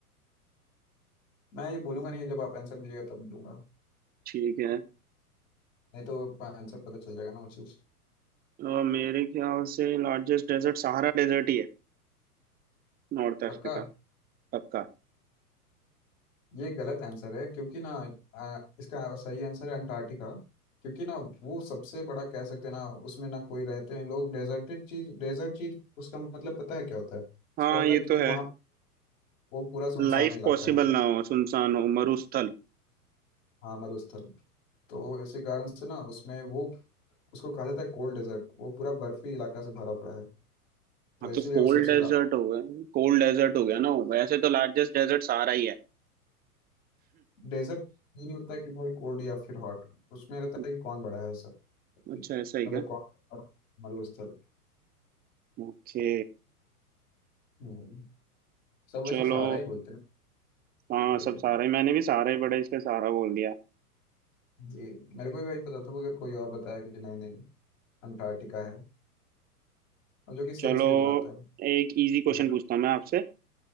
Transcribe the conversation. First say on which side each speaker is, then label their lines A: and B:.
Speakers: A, on the left; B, on the right.
A: मैं ये बोलूंगा नहीं जब आप आंसर दीजिएगा तब दूंगा
B: ठीक है
A: नहीं तो आपको आंसर पता चल जाएगा ना वो चीज
B: अ, मेरे ख्याल से लार्जेस्ट डेजर्ट सहारा डेजर्ट ही है North
A: पक्का
B: Africa पक्का
A: ये गलत आंसर है क्योंकि ना आ, इसका सही आंसर है अंटार्कटिका क्योंकि ना वो सबसे बड़ा कह सकते हैं ना उसमें ना कोई रहते हैं लोग डेजर्टेड चीज डेजर्ट चीज उसका मतलब पता है क्या होता है उसका
B: हाँ
A: होता
B: ये
A: है कि
B: तो है
A: वहाँ वो पूरा सुनसान
B: लाइफ
A: इलाका
B: पॉसिबल
A: है
B: ना हो सुनसान हो मरुस्थल
A: हाँ मरुस्थल तो इसी कारण से ना उसमें वो उसको कहा जाता है कोल्ड डेजर्ट वो पूरा बर्फी इलाका से भरा पड़ा है तो
B: हाँ
A: इसीलिए
B: तो कोल्ड
A: वो सबसे
B: डेजर्ट
A: ला
B: हो गया कोल्ड डेजर्ट हो गया ना वो। वैसे तो लार्जेस्ट डेजर्ट सहारा ही है
A: डेजर्ट ये नहीं होता कि भाई कोल्ड या फिर हॉट उसमें रहता
B: <laughs>
A: है कि कौन बड़ा है सब चीज
B: अच्छा ऐसा ही
A: मतलब
B: क्या
A: कौन और मरुस्थल
B: ओके
A: हम्म, सब वैसे
B: चलो
A: सहारा ही बोलते हैं
B: हाँ
A: वही
B: सब
A: है
B: सारे मैंने भी सारे बड़े इसलिए सारा बोल दिया
A: जी मेरे को भी वही पता था मगर कोई और बताया कि नहीं नहीं अंटार्कटिका है और जो कि सेंस
B: चलो
A: भी बनाता है
B: एक इजी क्वेश्चन
A: चलिए
B: पूछता हूँ मैं आपसे